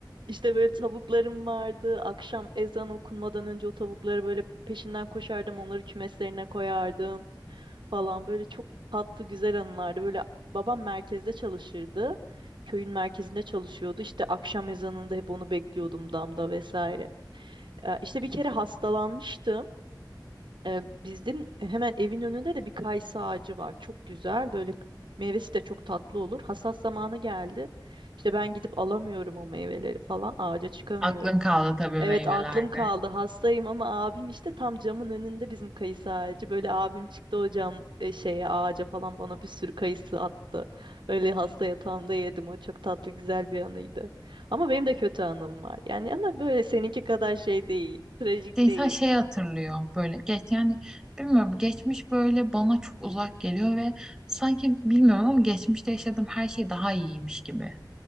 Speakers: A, on the right; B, in the centre.
A: İşte böyle tavuklarım vardı. Akşam ezan okunmadan önce o tavukları böyle peşinden koşardım. Onları kümeslerine koyardım falan. Böyle çok tatlı güzel anılardı. Böyle babam merkezde çalışırdı. Köyün merkezinde çalışıyordu. İşte akşam ezanında hep onu bekliyordum damda vesaire. Ee, İşte bir kere hastalanmıştım. Ee, Bizim hemen evin önünde de bir kayısı ağacı var. Çok güzel. Böyle meyvesi de çok tatlı olur. Hasat zamanı geldi. İşte ben gidip alamıyorum o meyveleri falan. Ağaca çıkamıyorum.
B: Aklın kaldı tabii
A: Evet
B: meyvelerde.
A: aklım kaldı hastayım ama abim işte tam camın önünde bizim kayısı ağacı. Böyle abim çıktı o cam e, şeye ağaca falan bana bir sürü kayısı attı. Öyle hasta yatağımda yedim o çok tatlı güzel bir anıydı. Ama benim de kötü anım var. Yani ama böyle seninki kadar şey değil, trajik
B: İşte insan
A: değil.
B: şey hatırlıyor böyle geç yani bilmiyorum geçmiş böyle bana çok uzak geliyor ve sanki bilmiyorum ama geçmişte yaşadığım her şey daha iyiymiş gibi